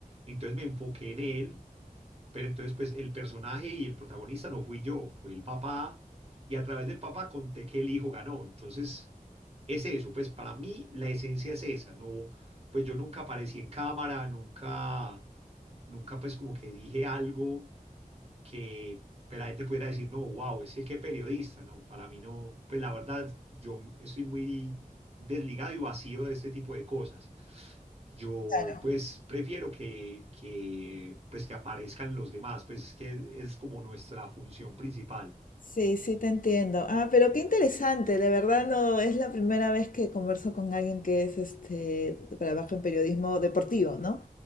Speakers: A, on the right; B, on the left.
A: Entonces me enfoqué en él, pero entonces pues el personaje y el protagonista no fui yo, fue el papá y a través del papá conté que el hijo ganó. Entonces es eso, pues para mí la esencia es esa, no, pues yo nunca aparecí en cámara, nunca, nunca pues como que dije algo que pues, la gente pudiera decir, no, wow, es que qué periodista, ¿no? Para mí no, pues la verdad, yo estoy muy desligado y vacío de este tipo de cosas. Yo
B: <laughs>
A: pues prefiero que, que, pues, que aparezcan los demás, pues es que es como nuestra función principal.
B: Sí, sí, te entiendo. Ah, pero qué interesante, de verdad no es la primera vez que converso con alguien que es este trabaja en periodismo deportivo, ¿no?